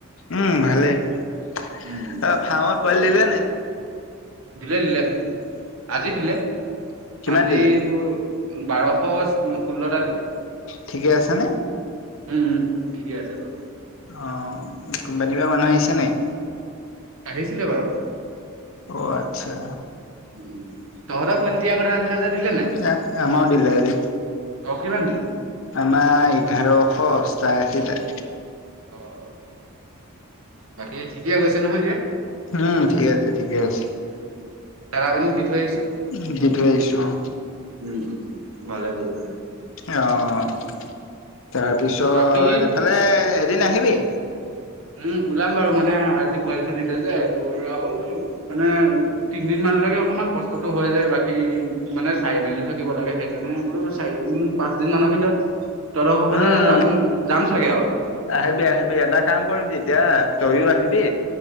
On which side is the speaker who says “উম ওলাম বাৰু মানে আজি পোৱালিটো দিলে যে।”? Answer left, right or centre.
Right